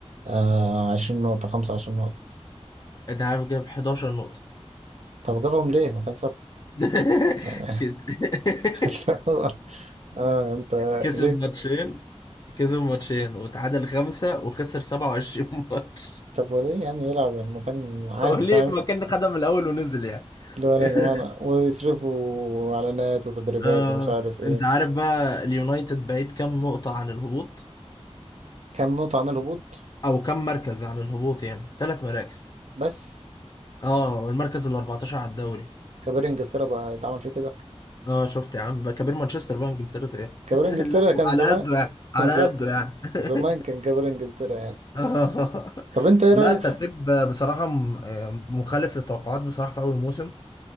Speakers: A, on the right; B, on the left.
A: آه، 20 نقطة 25 نقطة
B: انت عارف جايب 11 نقطة
A: طب جابهم ليه؟ ما كان سبب
B: <laughs>
A: يعني <laughs>
B: كده <laughs>
A: اللي هو، اه انت
B: كسب
A: ليه
B: ماتشين كسب ماتشين وتعادل خمسة وخسر 27 <laughs> ماتش
A: طب وليه يعني يلعب يعني مكان عادي
B: هو ليه
A: فاهم
B: ما كان خدها من الاول ونزل يعني
A: اللي هو انا
B: <laughs>
A: يا جماعة أنا- ويصرفوا اعلانات وتدريبات
B: آه،
A: ومش عارف ايه
B: انت عارف بقى اليونايتد بعيد كام نقطة عن الهبوط
A: كام نقطة عن الهبوط
B: او كام مركز عن الهبوط يعني ثلاث مراكز
A: بس
B: اه والمركز ال 14 على الدوري
A: كبار انجلترا بقى يتعمل فيه كده
B: اه شفت يا عم بقى كبير مانشستر بقى انجلترا ايه
A: كبار
B: <laughs>
A: انجلترا
B: لا
A: كان
B: على
A: زمان
B: قده يعني
A: <laughs>
B: على
A: ز-
B: قده يعني
A: زمان
B: <laughs>
A: كان كبار انجلترا يعني
B: آه.
A: طب انت ايه رأيك
B: لا الترتيب بصراحة م- آه، مخالف للتوقعات بصراحة في أول موسم